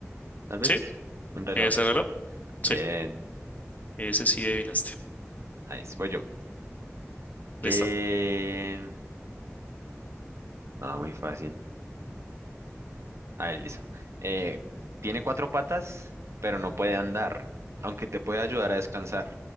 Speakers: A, on the right; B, on the left.
A: Tal vez
B: Sí.
A: un reloj.
B: ¿Ese reloj? Sí.
A: Bien,
B: Ese sí adivinaste.
A: nice. Voy yo.
B: Listo.
A: Eh, no, muy fácil. A ver, listo. Eh, tiene cuatro patas, pero no puede andar, aunque te puede ayudar a descansar.